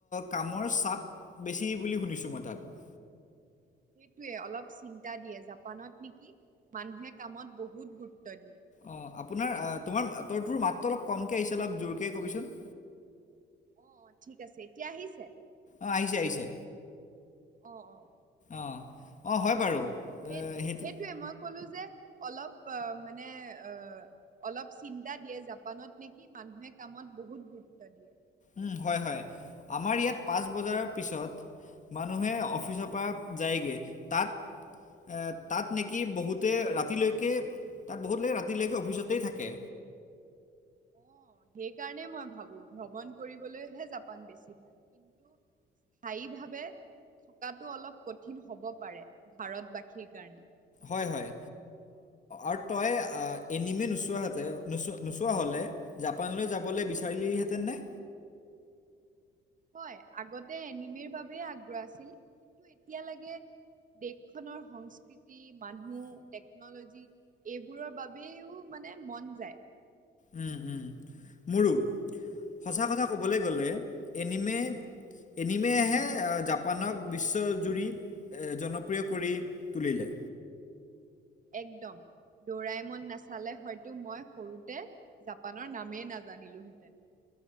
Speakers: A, on the left; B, on the right.
A: কামৰ চাপ বেছি বুলি শুনিছো মই তাত।
B: <unintelligible> সেইটোয়ে অলপ চিন্তা দিয়ে জাপানত নেকি মানুহে কামত বহুত গুৰুত্ব দিয়ে।
A: অ', আপোনাৰ আহ তোমাৰ তোৰ তোৰ মাতটো অলপ কমকে আহিছে। অলপ জোৰকে কবিচোন।
B: অ' ঠিক আছে এতিয়া আহিছে।
A: অহ আহিছে আহিছে।
B: অহ অহ।
A: অ' অ' হয় বাৰু।
B: সেই
A: এ, সেইটো
B: সেইটয়ে মই ক'লো যে। অলপ অ' মানে অ' অলপ চিন্তা দিয়ে। জাপানত নেকি মানুহে কাম। ত বহুত গুৰুত্ব দিয়ে।
A: উম হয় হয়। আমাৰ ইয়াত পাঁচ বজাৰ পিছত। মানুহে অফিচৰ পৰা যায়গে তাত। এ তাত নেকি বহুতে ৰাতিলৈকে। তাত বহুত লকে ৰাতিলৈকে অফিচতেই থাকে।
B: অ' সেইকাৰণে মই ভাবো ভ্ৰমণ কৰিবলৈহে জাপান বেছি ভাল কিন্তু। স্থায়ী ভাৱে থকাতটো অলপ কঠিন হব পাৰে ভাৰতবাসীৰ কাৰণে।
A: হয় হয়।
B: <unintelligible>
A: আৰু তই এনিমে নোচোৱা হতেচ নোচোৱা হলে জাপানলৈ যাবলৈ বিচাৰিলি হে। তেনে।
B: হয়। আগতে এনিমিৰ বাবোব আগ্ৰহ আছিল। কিন্তু এতিয়া লাগে। দেশখনৰ সংস্কৃতি মানুহ টেকনলজি এইবোৰৰ বাবও মানে। মানে মন যায়।
A: উম, উম। মোৰো সঁচা কথা ক'বলৈ গ'লে এনিমে। এনিমেহে জাপানক বিশ্বজুৰি জনপ্ৰিয় কৰি তুলিলে।
B: একদম। দৌৰাই মন নাচালে হয়তো মই সৰুতে জাপানৰ নামেই নাজানিলোহেঁতেন। <inaudible>